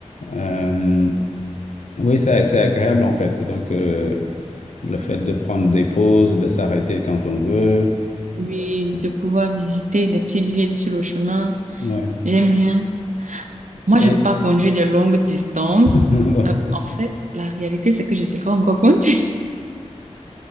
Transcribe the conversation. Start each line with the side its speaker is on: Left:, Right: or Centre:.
Left: Euh, oui, c'est, c'est agréable en fait. Donc euh, le fait de prendre des pauses, de s'arrêter quand on veut.
Right: Oui, de
Left: Oui,
Right: pouvoir visiter des petites villes sur le chemin.
Left: ouais.
Right: J'aime bien. Moi,
Left: ouais.
Right: j'aime pas conduire des longues distances.
Left: <laughs>
Right: Euh, En fait, la réalité, c'est que je sais pas encore conduire.